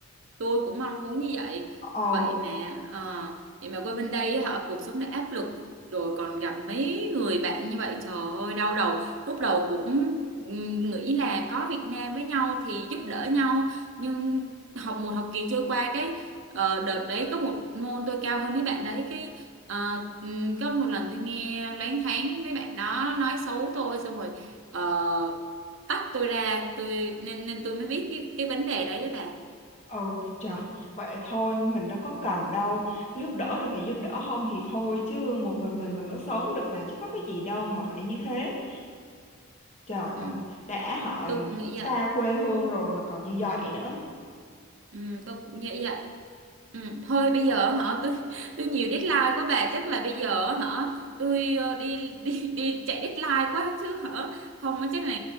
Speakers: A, on the right; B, on the left.
A: tôi cũng mong muốn như vậy
B: Ồ
A: vậy mà ờ, vậy mà qua bên đây họ cuộc sống đã áp lực rồi còn gặp mấy người bạn như vậy trời ơi đau đầu lúc đầu cũng ừm, nghĩ là có Việt Nam với nhau thì giúp đỡ nhau nhưng học một học kỳ trôi qua cái ờ, đợt đấy có một môn tôi cao hơn mấy bạn đấy cái ờ, ừm, có một lần tôi nghe loáng thoáng mấy bạn đó nói xấu tôi xong rồi ờ, tách tôi ra tôi nên nên tôi mới biết cái cái vấn đề đấy đấy bà
B: ồ trời vậy thôi mình đâu có cần đâu giúp đỡ được thì giúp đỡ không thì thôi chứ một mình mình mình vẫn sống được mà chứ có cái gì đâu mà phải như thế Trời
A: ừ.
B: ơi, đã họ
A: tôi cũng nghĩ
B: xa
A: vậy
B: quê hương rồi mà còn như vậy nữa.
A: ừ, tôi cũng nghĩ vậy ừ, thôi bây giờ hả tôi tôi nhiều deadline quá bà chắc là bây giờ hả tôi ờ, đi đi đi chạy deadline quá chứ hả không chắc là